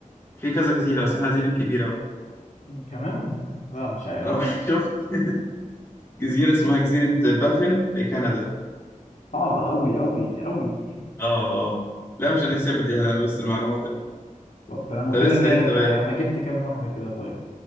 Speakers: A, on the left (about 20°); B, on the left (about 60°).
A: في كذا جزيرة بس احنا عايزين الكبيرة بقى
B: كمان لا مش عارف
A: اه <laughs> شفت جزيرة اسمها جزيرة بافن في كندا
B: صعبة أوي أوي أوي
A: اه اه لا مش هنحسبها دي انا بس المعلومة حلوة
B: طب تمام وكده
A: طب اسأل
B: كام
A: انت بقى
B: أنا
A: يا باشا.
B: أنا جبت كام واحدة كده طيب